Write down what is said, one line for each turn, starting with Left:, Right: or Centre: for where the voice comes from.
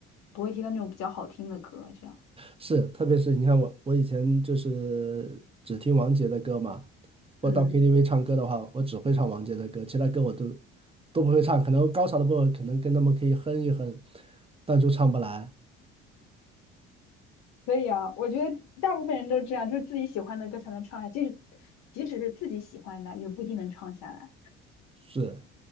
Left: 不会听到那种比较好听的歌，这样，
Right: 是，特别是你看我，我以前就是只听王杰的歌嘛。我到
Left: 嗯，
Right: KTV 唱歌的话，我只会唱王杰的歌，其他歌我都都不会唱。可能高潮的部分可能跟他们可以哼一哼，但就唱不来。
Left: 可以啊，我觉得大部分人都这样，就是自己喜欢的歌才能唱下，即使即使是自己喜欢的，也不一定能唱下来。
Right: 是，